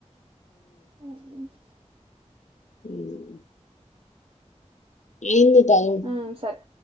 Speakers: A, on the right (about 50°); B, on the left (about 85°).
A: అహ
B: ఉమ్ ఏన్ది టైమ్
A: ఉమ్, సరే